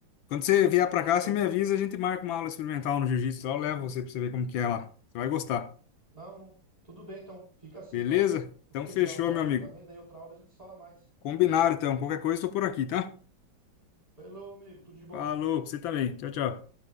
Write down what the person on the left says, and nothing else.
Quando você vier
pra
cá, você
me avisa, a gente marca uma aula experimental no jiu-jitsu. Eu levo você pra você ver como que é lá. Você vai gostar.
Beleza?
Então
fechou,
meu amigo.
Combinado, então. Qualquer coisa, estou por aqui, tá?
Falou, pra você também. Tchau, tchau.